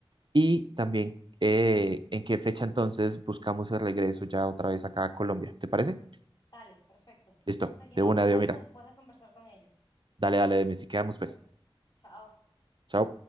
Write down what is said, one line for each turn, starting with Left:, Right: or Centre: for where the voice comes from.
Right: y también eh, en qué fecha entonces buscamos el regreso ya otra vez acá a Colombia. ¿Te parece?
Left: vale, perfecto.
Right: Listo,
Left: Nos seguimos
Right: de una,
Left: hablando
Right: Dios, mira.
Left: después de conversar con ellos.
Right: Dale, dale, de mí, si quedamos pues.
Left: Ok, chao.
Right: Chao.